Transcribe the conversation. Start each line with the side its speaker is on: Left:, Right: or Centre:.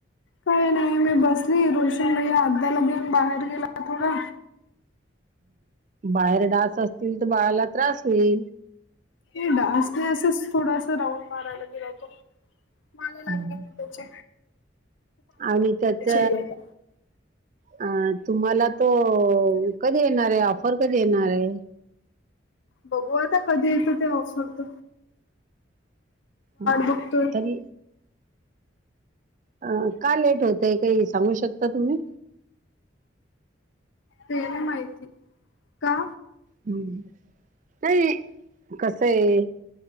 Left: काही नाही मी बसली रोशन भैया अ्याला घेऊन बाहेर गेला थोडा
Right: बाहेर डास असतील तर बाळाला त्रास होईल
Left: हे डान्स नाही असंच थोडासा राऊंड मारायला गेलाय तो मारायलाग
Right: हम्म.
Left: ते त्याचे
Right: आणि त्याच
Left: आई आता.
Right: अ तुम्हाला तो कधी येणार आहे ऑफर कधी येणार आहे
Left: बघू आता कधी येतं ते ऑसरत
Right: ह
Left: बघतोय
Right: तरी अ का लेट होतय काही सांगू शकता तुम्ही
Left: तेणे माहिती का
Right: हम्म नाही कस आहे